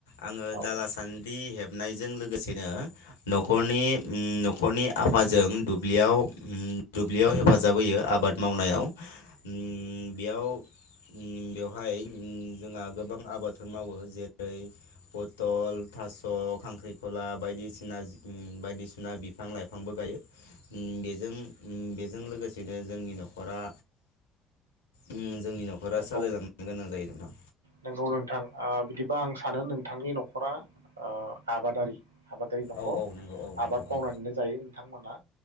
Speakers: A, on the left (about 75°); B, on the right (about 85°).
A: आङो
B: औ
A: दाला सान्द्रि हेबनाय जों लोगोसेनो न'खरनि न'खरनि आफाजों जों दुब्लियाव हेफाजाब होयो आबाद मावनायाव उम बेयाव उम बेवहाय उम जोंहा गोबां आबाद मावो जेरै पथल थास' खांख्रिखला बायदिना बायदिसिना बिफां लाइफांबो गायो। बेजों बेजों लोगोसेनो जोंनि न'खरा उम जोंनि न'खरा
B: नंगौ
A: सालायलांनो गोनां जायो नोंथां।
B: नंगौ नोंथां ओ बिदिबा आं सानो नोंथांनि न'खरा आबादारि आबादारि न'खर
A: औ औ नंगौ औ
B: आबाद
A: नोंथां
B: मावनानैनो
A: औ
B: जायो नोंथांमोना